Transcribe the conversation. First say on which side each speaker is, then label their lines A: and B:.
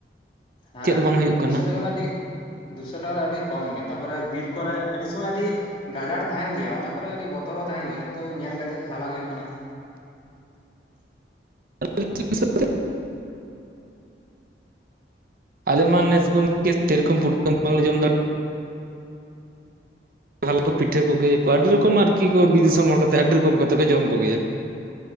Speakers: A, on the left (about 30°); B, on the right (about 55°).
A: ᱦᱮᱸ
B: ᱪᱮᱫ ᱦᱚᱸ ᱵᱟᱝ ᱦᱩᱭᱩᱜ
A: ᱫᱩᱥᱚ
B: ᱠᱟᱱᱟ
A: ᱴᱟᱠᱟ ᱫᱚ ᱟᱹᱰᱤ ᱫᱩᱥᱚ ᱴᱟᱠᱟ ᱫᱚ ᱟᱹᱰᱤ, ᱠᱚᱢ ᱜᱮ ᱛᱟᱨᱯᱚᱨᱮ ᱵᱤᱨ ᱠᱚᱨᱮ ᱟᱹᱰᱤ ᱥᱚᱢᱚᱭ ᱟᱹᱰᱤ ᱜᱟᱡᱟᱲ ᱛᱟᱦᱮᱱ ᱜᱮᱭᱟ ᱚᱱᱟ ᱠᱚᱨᱮ ᱟᱹᱰᱤ ᱵᱚᱛᱚᱨ ᱦᱚᱸ ᱛᱟᱦᱮᱱ ᱜᱮᱭᱟ ᱛᱚ ᱧᱮᱞ ᱠᱟᱛᱮᱫ ᱦᱟᱞᱟᱝ ᱦᱩᱭᱩᱜ ᱠᱟᱱᱟ। <inaudible>
B: <inaudible> ᱟᱞᱮᱢᱟ ᱱᱮᱥ ᱜᱚᱢᱠᱮ ᱥᱮᱨᱚᱠᱚᱢ ᱯᱩᱴᱠᱟᱹᱢ ᱵᱟᱝᱞᱮ ᱡᱚᱢ ᱫᱟᱲᱮ ᱟᱞᱮ ᱫᱚ ᱯᱤᱴᱷᱟᱹ ᱠᱚᱜᱮ ᱟᱹᱰᱤ ᱨᱚᱠᱚᱢ ᱟᱨ ᱠᱤᱠᱚ ᱵᱤᱨ ᱫᱤᱥᱚᱢ ᱦᱚᱲ ᱠᱟᱛᱮᱫᱽ ᱟᱹᱰᱤ ᱨᱚᱠᱚᱢ ᱠᱟᱛᱮᱫᱽ ᱠᱚ ᱡᱚᱢ ᱠᱚᱜᱮᱭᱟ